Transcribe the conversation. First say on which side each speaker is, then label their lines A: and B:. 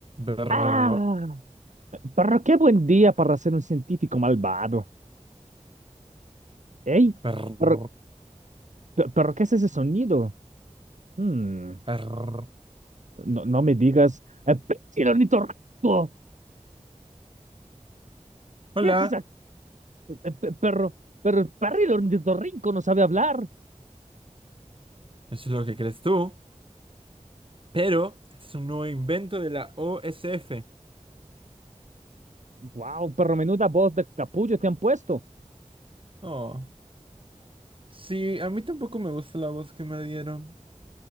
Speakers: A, on the right; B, on the right.
A: Brr,
B: Ah, pero qué buen día para ser un científico malvado. Ey,
A: brr,
B: pero, pe- pero ¿qué es ese sonido? Hmm,
A: brr.
B: no, no me digas, eh, pe- el ornitorrinco.
A: Hola,
B: ¿Qué es esa? eh, pe- Pero, pero el perril ornitorrinco no sabe hablar.
A: eso es lo que crees tú, pero este es un nuevo invento de la OSF.
B: Wow, pero menuda voz de capullo te han puesto.
A: Oh, sí, a mí tampoco me gusta la voz que me dieron,